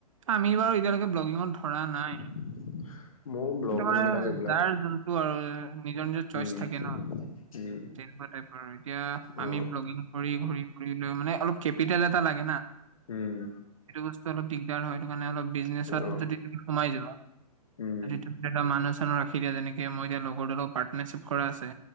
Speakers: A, on the right; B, on the left.
A: আমি বাৰু এতিয়ালৈকে ব্লগিঙত ধৰা নাই।
B: <inaudible> ব্লগিং
A: কি তোমাৰ
B: বিলাক এইবিলাক
A: যাৰ যোনটো আৰু নিজৰ নিজৰ চইচ
B: উম
A: থাকে ন।
B: উম
A: তেনেকুৱা টাইপ আৰু এতিয়া আমি
B: অ
A: ব্লগিং কৰি ঘূৰি ফুৰি লৈ মানে অলপ কেপিটেল এটা লাগে না।
B: উম।
A: সেইটো বস্তু অলপ দিগদাৰ হয় সেইটো কাৰণে অলপ বিজনেছত
B: অ
A: যদি তুমি সোমাই যোৱা-
B: উম
A: যদি তুমি ধৰিলোৱা মানুহ-চানুহ ৰাখি দিয়া তেনেকে মই এতিয়া <unintelligible> পাৰ্টনাৰশ্বিপ কৰা আছে।